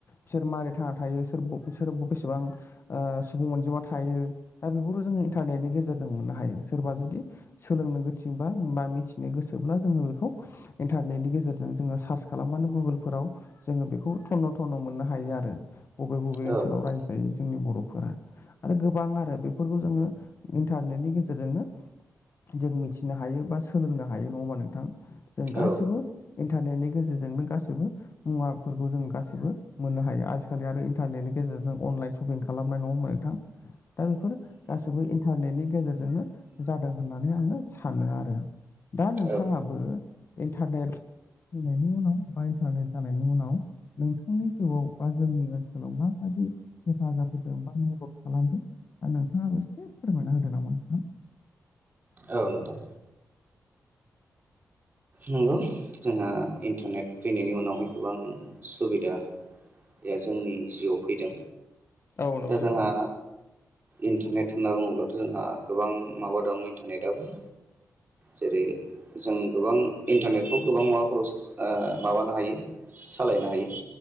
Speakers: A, on the left; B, on the right.
A: बिसोर मारै थांना थायो? सोर सोर बेसेबां ओ सुबुं अनजिमा थायो दा बेफोरखौ जोङो इन्टारनेटनि गेजेरजों मोननो हायो। सोरबा जुदि सोलोंनो गोथिबा बा मिथिनो गोसोब्ला जोङो बेखौ इन्टारनेटनि गेजेरजों जोङो सार्च खालामबानो गुगोलफोराव जोङो बेखौ थन्न' थन्न' मोननो हायो आरो बबे बबे
B: औ
A: ओनसोलाव रायजो जोंनि बर'फोरा आरो गोबां आरो बेफोरखौ जोङो इन्टारनेटनि गेजेर जोंनो जों मिथिनो हायो बा सोलोंनो हायो नङा होनबा नोंथां जों गासिबो
B: औ
A: इन्टारनेतनि गेजेरजोंनो गासैबो मुवाफोरखौ जों गासिबो मोननो हायो आजिखालि आरो इन्टारनेटनि गेजेरजों अनलाइन शपिं खालामबाय नङा होनबा नोंथां। दा बेफोरो गासैबो इन्टारनेटनि गेजेरजोंनो जादों होननानै आङो सानो आरो दा नोंथाङाबो
B: औ औ
A: इन्टारनेट फैनायनि उनाव बा इन्टारनेट जानायनि उनाव नोंथांनि जिउआव बा जोंनि ओनसोलाव माबायदि हेफाजाब होदों बा मदद खालामदों दा नोंथाङाबो एसे फोरमायना होदो नामा नोंथां?
B: औ नोंथां। नंगौ जोंहा इन्टारनेट फैनायनि उनावहाय गोबां सुबिदा या जोंनि जिउआव फैदों।
A: औ नंगौ
B: दा
A: नोंथां
B: जोंहा इन्टारनेट होनना बुङोब्लाथ' जोंहा गोबां माबा दं इन्टारनेटआबो। जेरै जों गोबां इन्टारनेटखौ गोबां माबाफोराव सो ओ माबानो हायो। सालायनो हायो